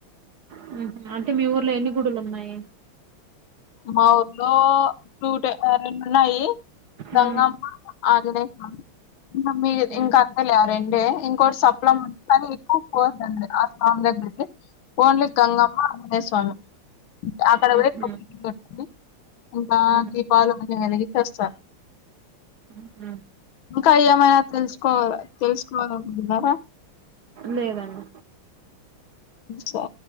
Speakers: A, on the right; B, on the left.
A: హ అంటే మీ ఊర్లో ఎన్ని గుడులు ఉన్నాయి
B: మా ఊర్లో నూటరెండున్నాయి గంగమ్మ
A: ఉమ్
B: ఆంజనేయస్వామి ఇకా మీ
A: ఉమ్
B: ఇంకా అంత లే రెండె ఇంకోటి సప్లం కాని ఎక్కువ పోందండి ఆ స్లామ్ దగ్గర ఓన్లీ గంగమ్మ ఆంజనేయ స్వామి అక్కడ
A: ఉమ్
B: కూడా ఎప్పుడు ఇంకా
A: ఉహు
B: దీపాళ వెలిగి చేస్తారు
A: ఉహు
B: ఇంకా ఏమైనా తెలుసుకోవాల తెలుసుకోవాలంటున్నారా
A: లేదండి
B: సరే